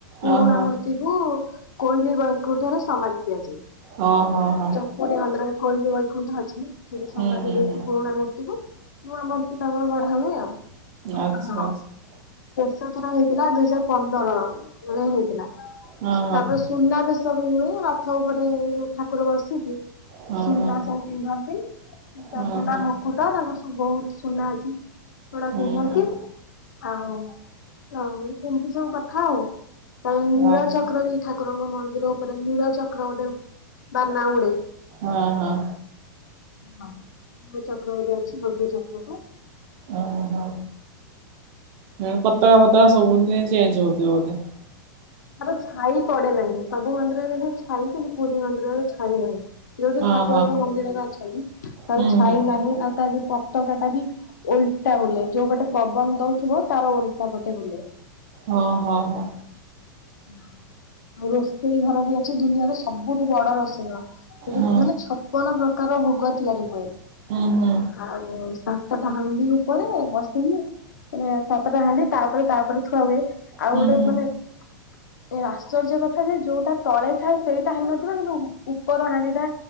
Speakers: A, on the left; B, on the right.
A: ପୁରୁଣା
B: ଓହୋ
A: ମୂର୍ତ୍ତି ଥିବୁ କୋଇଲି ବୈକୁଣ୍ଠରେ ସମାଧି ଦିଆଯାଏ।
B: ହଁ ହଁ ହଁ।
A: ପରେ ମନ୍ଦିରରେ କୋଇଲି ବୈକୁଣ୍ଠ ଅଛି। ସେଠି ସମାଧି
B: ହୁଁ ହୁଁ
A: ଦେଇକି
B: ହୁଁ
A: ପୁରୁଣା ମୂର୍ତ୍ତିକୁ ମୁଁ ଆମକୁ <unintelligible> ତ ତମର ବଢା ହୁଏ ଆଉ
B: ଆଚ୍ଛା
A: ହଁ
B: ଆଚ୍ଛା
A: ଶେଷ ଥର ହେଇଥିଲା ଦୁଇ ଶହଜାର ପନ୍ଦର ରେ ହେଇଥିଲା
B: ହଁ
A: ତାପରେ ସୁନା ବେଶ ସବୁ ହୁଏ ରଥ ଉପରେ ଠାକୁର ବସିଚି।
B: ହଁ
A: ସୁନା
B: ହଁ
A: ସବୁ ପିନ୍ଧନ୍ତି ଇଟା
B: ହଁ ହଁ
A: ସୁନା
B: ହଁ
A: ମୁକୁଟ ତାଙ୍କର ସବୁ ବହୁତ ସୁନା ଅଛି। ପୋଡା
B: ହୁଁ
A: ପିନ୍ଧନ୍ତି
B: ହୁଁ
A: ଆଉ ନାଇଁ ଏମିତି ସବୁ କଥା ଆଉ। ତାେ ନୀଳ
B: ଆଚ୍ଛା
A: ଚକ୍ର ଇ ଠାକୁରଙ୍କ ମନ୍ଦିର ଉପରେ ନୀଳ ଚକ୍ର ଗୋଟେ ବାନା ଉଡେ।
B: ହଁ ହଁ
A: ହଁ ନୀଳଚକ୍ର ଗୋଟେ ଅଛି ଭଧ ଚକ୍ରକୁ।
B: ଓ ହୋ ଏ ପତକା ଫତକା ସବୁ ଦିନ ଚେଞ୍ଜ ହଉଥିବ ବୋଧେ!
A: ଆର ଛାଇ ପଡେ ନାହିଁ ସବୁ ମନ୍ଦିରରେ ଦେଖିବା ଛାଇ ପଡେ କିନ୍ତୁ ପୁରୀ ମନ୍ଦିରରେ ଛାଇ ନାହିଁ। ଯୋଉଠି
B: ହଁ
A: ଠାକୁରଙ୍କ
B: ହଁ
A: ମନ୍ଦିରରେ ଅଛନ୍ତି ତାର
B: ହୁଁ
A: ଛାଇ
B: ହୁଁ
A: ନାହିଁ। ଆଉ ତାର ଯୋଉ ପତାକା ଟା ବି ଓଲଟା ବୁଲେ ଯୋଉ ପଟେ ପବନ ଦଉଥିବ ତାର ଓଲଟା ପଟେ ବୁଲେ।
B: ହଁ ହଁ ହଁ
A: ହଁ ଆଉ ରୋଷେଇ ଘର ବି ଅଛି ଦୁନିଆରେ ସବୁଠୁ ବଡ ରୋଷେଇ ସେଠି
B: ହଁ
A: ତି ମାନେ ଛପନ ପ୍ରକାର ଭୋଗ ତିଆରି ହୁଏ।
B: ହୁଁ ହୁଁ
A: ଆଉ ସାତଟା ହାଣ୍ଡି ଉପରେ ବସିକି ସାତଟା ହାଣ୍ଡି ତାପରେ ତାପରେ ଥୁଆ ହୁଏ ଆଉ
B: ହୁଁ
A: ଗୋଟେ
B: ହୁଁ
A: ମାନେ ଏ ଆଶ୍ଚର୍ଯ୍ୟ କଥା ଯେ ଯୋଉଟା ତଳେ ଥାଏ ସେଇଟା ହେଇନଥିବ କିନ୍ତୁ ଉପର ହାଣ୍ଡି ଟା